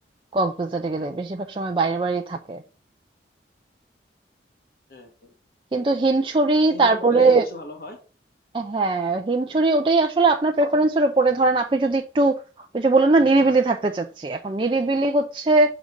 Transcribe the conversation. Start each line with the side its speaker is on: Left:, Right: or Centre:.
Right: কক্সবাজারে গেলে বেশিরভাগ সময় বাইরে বাইরেই থাকে
Left: হ্যাঁ হ্যাঁ।
Right: কিন্তু হিমছড়ি
Left: কোন
Right: তারপরে
Left: দিকে হোটেল নিলে বেশি ভালো হয়
Right: হ্যাঁ হিমছড়ি ওটাই আসলে আপনার প্রেফারেন্সের উপরে ধরেন আপনি যদি একটু ওই যে বললেন না নিরিবিলি থাকতে চাচ্ছি এখন নিরিবিলি হচ্ছে